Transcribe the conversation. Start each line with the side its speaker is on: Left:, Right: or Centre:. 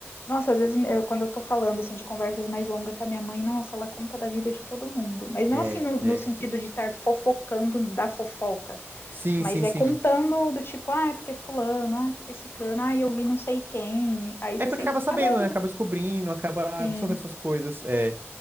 Left: Nossa, às vezes eu- quando eu tô falando assim de conversas mais longas com a minha mãe, nossa, ela conta da vida de todo mundo. Mas não
Right: É,
Left: assim no, no
Right: é.
Left: sentido de estar fofocando da fofoca.
Right: Sim,
Left: Mas
Right: sim,
Left: é
Right: sim.
Left: contando do tipo, ah, é porque fulano, ah, é porque ciclano, ah, eu vi não sei quem. Aí
Right: É
Left: você
Right: porque
Left: sempre
Right: acaba sabendo,
Left: acaba.
Right: né? Acaba descobrindo, acaba
Left: Sim.
Right: absorvendo essas coisas. é.